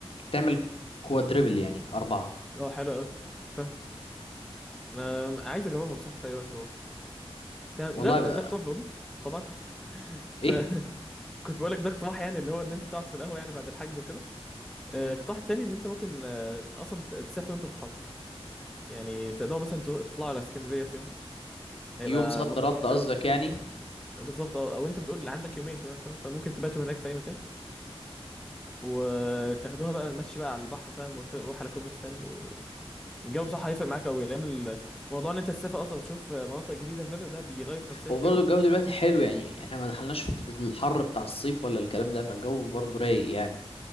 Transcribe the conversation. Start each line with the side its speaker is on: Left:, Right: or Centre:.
Left: تعمل كوادريبل يعني اربعة
Centre: اه حلو قوي فاهم انا عايز اجاوبها بصح في اي وقت برضه تمام
Left: والله
Centre: ده ده
Left: بقى
Centre: اقتراح برضه طبعا <laughs> فكنت
Left: ايه
Centre: <laughs> بقول لك ده اقتراح يعني اللي هو ان انت تقعد في القهوه يعني بعد الحجز وكده آه،
Left: مم.
Centre: اقتراح تاني ان انت ممكن آه، اصلا ت- تسافر انت واصحابك يعني تقدروا مثلا تو- تطلعوا على اسكندريه في يوم هيبقى
Left: يوم صد
Centre: موضوع
Left: رد
Centre: جامد
Left: قصدك
Centre: قوي
Left: يعني
Centre: بالظبط اه او انت بتقول عندك يومين كمان فاهم فممكن تباتوا هناك في اي مكان وتاخدوها بقى مشي بقى على البحر فاهم وتروح على كوبري ستانلي والجو بصراحه هيفرق معاك قوي لان الموضوع ان انت تسافر اصلا وتشوف مناطق جديده وكده ده بيغير في نفسيتك
Left: وبرضه
Centre: قوي
Left: الجو دلوقتي حلو يعني احنا ما دخلناش في الحر بتاع الصيف ولا الكلام ده فالجو برضه رايق يعني